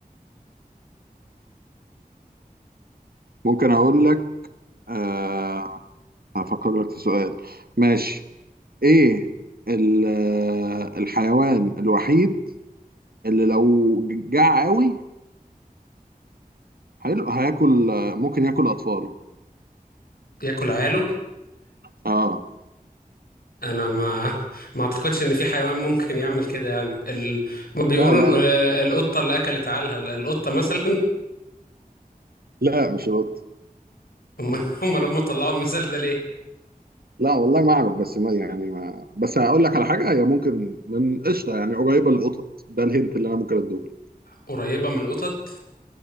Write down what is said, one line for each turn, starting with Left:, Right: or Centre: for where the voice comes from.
Right: ممكن اقول لك آه هفكر لك في سؤال ماشي ايه ال- آه، الحيوان الوحيد اللي لو جاع قوي حلو هياكل آه، ممكن ياكل اطفاله
Left: ياكل عياله
Right: اه
Left: انا ما <laughs> ما اعتقدش ان في حيوان ممكن يعمل كده يعني ال... بيقولوا
Right: لا لا
Left: ال-
Right: لا
Left: آه، القطه اللي اكلت عالها القطه مثلا <laughs>
Right: لا مش القط
Left: هم هم لما طلعوا المثال ده ليه
Right: لا والله ما اعرف بس ما يعني ما بس هقول لك على حاجه هي ممكن من قشطه يعني قريبه للقطط ده الهنت اللي انا ممكن اديهولك
Left: قريبه من القطط